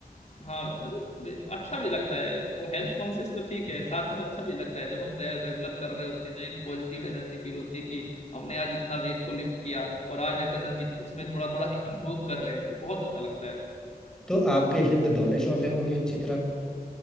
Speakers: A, on the left (about 45°); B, in the centre.
A: हाँ अरे भाई, अच्छा भी लगता है वो हेल्थ कॉन्शियस तो ठीक है साथ में अच्छा भी लगता है जब हम रे, रेगुलर कर रहे होते हैं तो एक पॉजिटिव एनर्जी फील होती है कि हमने आज इतना वेट को लिफ्ट किया और आज अगर हम इत- उसमें थोड़ा थोड़ा इम्प्रूव कर रहे हैं तो बहुत अच्छा लगता है
B: तो आपके फिर तो डोले शोले होंगे अच्छी तरह